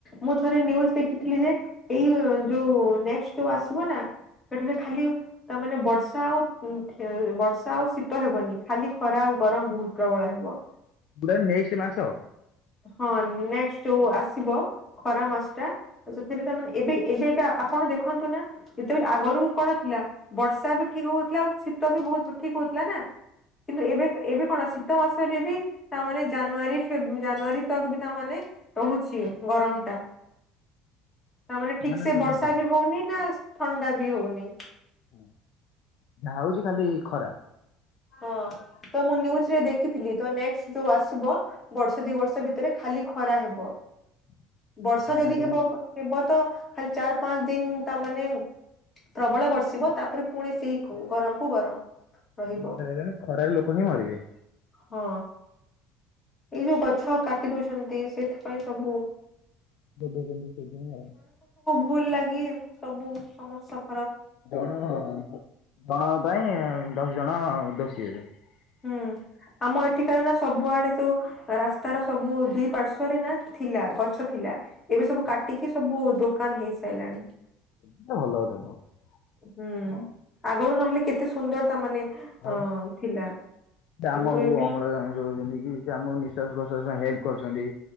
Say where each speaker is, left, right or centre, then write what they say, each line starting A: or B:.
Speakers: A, on the left; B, on the left.
A: ମୁଁ ଥରେ ନ୍ୟିୟୁଜ ଦେଖିଥିଲି ଯେ ଏଇ ଯୋଉ ନେଷ୍ଟ ଯୋଉ ଆସିବ ନା? ଏଠାରେ ଖାଲି ତା ମାନେ ବର୍ଷ ବର୍ଷା ଆଉ ଖେ ବର୍ଷା ଆଉ ଶୀତ ହେବନି ଖାଲି ଖରା ଆଉ ଗରମ ବହୁତ୍ ପ୍ରବଳ ହେବ।
B: କଉଟା ଗୋଟେ ନେଷ୍ଟ ମାସ
A: ହଁ ନେଷ୍ଟ ଯୋଉ ଆସିବ ଖରା ମାସ ଟା ସେଥିରେ ତାମାନେ ଏବେ ଏବେ ଟା ଆପଣ ଦେଖନ୍ତୁ ନା ଯେତେବେଳେ ଆଗରୁ କଣ ଥିଲା ବର୍ଷା ବି ଠିକ୍ ହଉଥିଲା ଆଉ ଶୀତ ବି ବହୁତ ଠିକ୍ ହଉଥିଲା ନା କିନ୍ତୁ ଏବେ ଏବେ କଣ ଶୀତ ମାସରେ ବି ତାମାନେ ଜାନୁଆରୀ ଫେବୃ ଜାନୁଆାରୀ ତକ ବି ତାମାନେ ରହୁଛି ଗରମ ଟା ତା ମାନେ ଠିକ୍
B: ଜାନୁଆରୀ
A: ସେ
B: ପର୍ଯ୍ୟନ୍ତ
A: ବର୍ଷା
B: ରହୁଛି।
A: ବି ହଉନି ନାଁ ଥଣ୍ଡା ବି ହଉନି?
B: ହୁଁ ଯାହା ହଉଛି ଖାଲି ଖରା।
A: ହଁ ତ ମୁଁ ନ୍ୟିୟୁଜ୍ ଦେଖିଥିଲି ତ ନେଷ୍ଟ ଯୋଉ ଆସିବ ବର୍ଷେ ଦି ବର୍ଷ ଭିତରେ ଖାଲି ଖରା ହବ।
B: <inaudible>
A: ବର୍ଷା
B: ଯାହାନା
A: ଯଦି
B: ତ
A: ହେବ ହେବ ତ ଖାଲି ଚାର ପାଞ୍ଚ ଦିନ ତା ମାନେ ପ୍ରବଳ ବର୍ଷିବ ତାପରେ ପୁଣି ସେଇ ଗରମ କୁ ଗରମ ରହିବ
B: ଉଁ ଯା ଲାଗିଲାଣି ଖରାରେ ଲୋକ ହିଁ ମରିବେ।
A: ହଁ। ଏଇ ଯୋଉ ଗଛ କାଟି ଦଉଛନ୍ତି ସେଥିପାଇଁ ସବୁ
B: <unintelligible> ସେଇଥିପାଇଁ ଆଉ।
A: ଭୁଲ୍ ଲାଗି ସବୁ ସମ ସପ
B: ଜଣ ଜଣଙ୍କ ପାଇଁ ଦଶ ଜଣ ଦୋଷୀ ହେବେ। <inaudible>
A: ହୁଁ ଆମ ଏଠିକାର ନା ସବୁଆଡେ ଯୋଉ ରାସ୍ତାର ସବୁ ଦିଇ ପାର୍ଶ୍ଵରେ ନାଁ ଥିଲା ଗଛ ଥିଲା। ଏବେ ସବୁ କାଟିକି ସବୁ ଦୋକାନ ହେଇସାଇଲାଣି।
B: ଏଟା ଭଲ କଥା ନୁହଁ।
A: ହୁଁ ଆଗରୁ ନହେଲେ କେତେ ସୁନ୍ଦର ତା ମାନେ
B: ଆଉ
A: ଅ ଥିଲା
B: ସେ ଆମକୁ
A: କିନ୍ତୁ ଏବେ
B: ଅମ୍ଳଜାନ ଦଉଚନ୍ତି କି ସେ ଆମକୁ ନିଶ୍ୱାସ ପ୍ରଶ୍ୱାସ ପାଇଁ ହେଲ୍ପ କରୁଛନ୍ତି